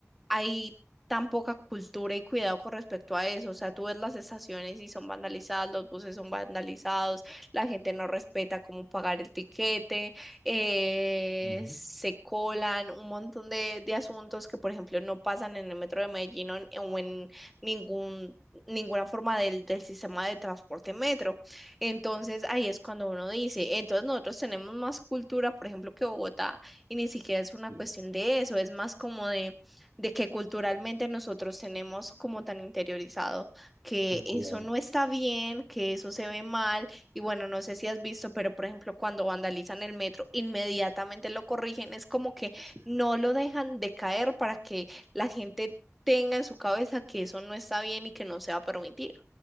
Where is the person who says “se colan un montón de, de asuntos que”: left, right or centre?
Centre